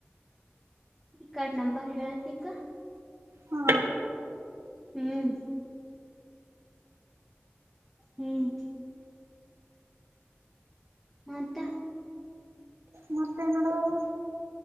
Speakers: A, in the centre; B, on the right.
A: ಈ ಕಾರ್ಡ್ ನಂಬರ್ ಹೇಳತಿಕ.
B: ಹಾ
A: ಹ್ಮ್‌ ಹ್ಮ್. ಮತ್ತ.
B: ಮತ್ತೆ ನೋಡುವಾಗ.